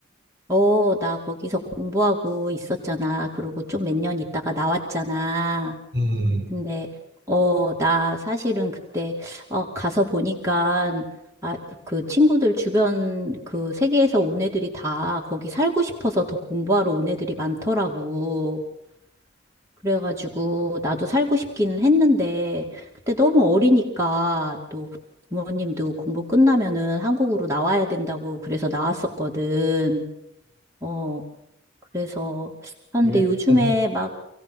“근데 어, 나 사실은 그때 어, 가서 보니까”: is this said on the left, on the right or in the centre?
Right